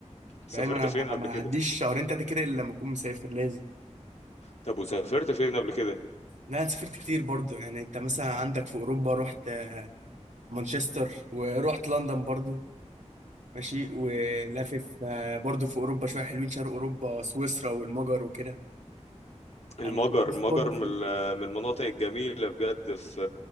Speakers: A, on the left; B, on the right.
A: سافرت
B: فاهم انا
A: فين
B: ما
A: قبل
B: ما
A: كده
B: عديش شهرين تلاته كده الا لما اكون مسافر لازم
A: طب وسافرت فين قبل كده
B: لا أنا سافرت كتير برضو يعني انت مثلا عندك في اوروبا رحت آه، مانشستر ورحت لندن برضو ماشي ولافف آه، برضو في اوروبا شويه حلوين شرق اوروبا سويسرا والمجر وكده
A: المجر
B: يعني لافف
A: المجر
B: برضو في
A: من
B: أوروبا.
A: ال- من المناطق الجميلة بجد في